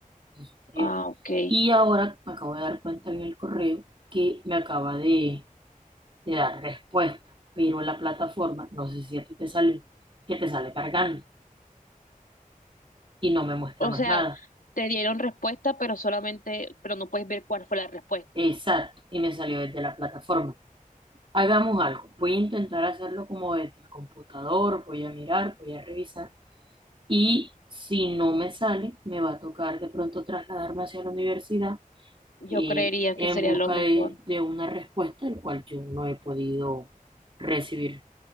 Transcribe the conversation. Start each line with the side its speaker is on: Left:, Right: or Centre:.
Right: superior.
Left: ah, ok.
Right: Y ahora me acabo de dar cuenta en el correo que me acaba de te da respuesta, pero la plataforma, no sé si a ti te salió, que te sale cargando y no me muestra
Left: O
Right: más
Left: sea,
Right: nada.
Left: te dieron respuesta, pero solamente, pero no puedes ver cuál fue la respuesta.
Right: Exacto, y me salió desde la plataforma. Hagamos algo, voy a intentar hacerlo como desde el computador, voy a mirar, voy a revisar y si no me sale, me va a tocar de pronto trasladarme hacia la universidad
Left: Yo
Right: eh,
Left: creería que
Right: en
Left: sería
Right: busca
Left: lo mejor.
Right: de, de una respuesta, el cual yo no he podido recibir